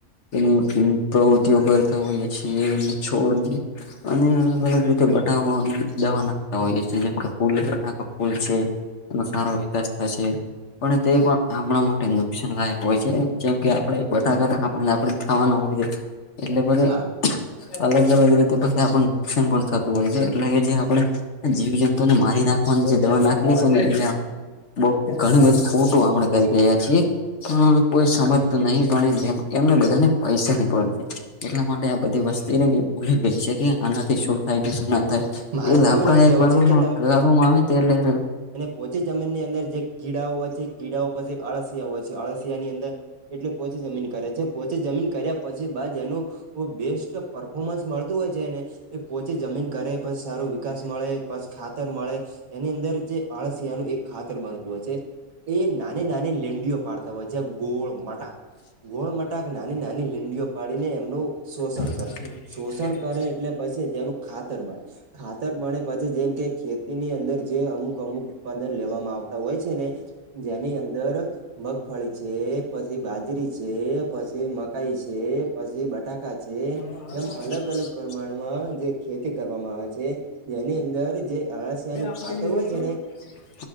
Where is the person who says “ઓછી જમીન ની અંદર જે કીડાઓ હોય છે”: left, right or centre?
Right